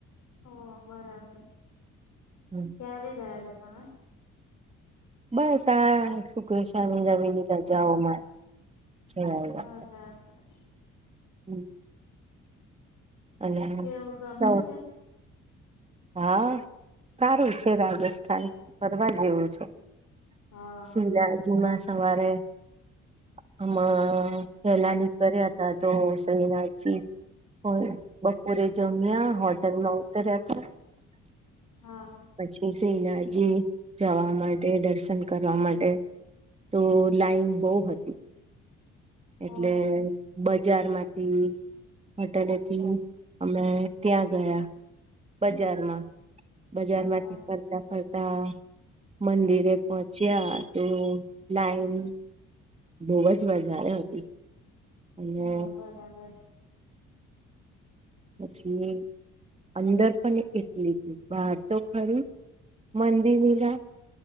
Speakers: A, on the left; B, on the right.
A: હોવ બરાબર.
B: હમ્મ.
A: ક્યારે ગયા તા તમે?
B: બસ આ શુક્ર, શનિ, રવિની રજાઓમાં. જયા
A: બરાબર.
B: હમ્મ. અને
A: કેવું ગમ્યું
B: હ
A: ત્યાં
B: હા સારું છે બાકી. થાય ફરવા જેવું છે
A: હા
B: શ્રીનાથજીમાં સવારે <inaudible> આમાં પહેલાની ફર્યા હતાં તો શ્રીનાથજી હોય. બપોરે જમ્યા હોટલમાં ઉતર્યા તા.
A: હા.
B: પછી શ્રીનાથજી જવા માટે, દર્શન કરવા માટે તો લાઈન બોવ હતી એટલે
A: ઓ
B: બજારમાંથી હોટેલેથી અમે ત્યાં ગયા. બજારમાં, બજારમાંથી
A: હા
B: ફરતાં ફરતાં મંદિરે પહોંચ્યા. તો લાઈન બોવ જ વધારે હતી. અને
A: હા, બરાબર.
B: પછી અંદર પણ એટલી હતી બાર તો ખરી મંદિરના.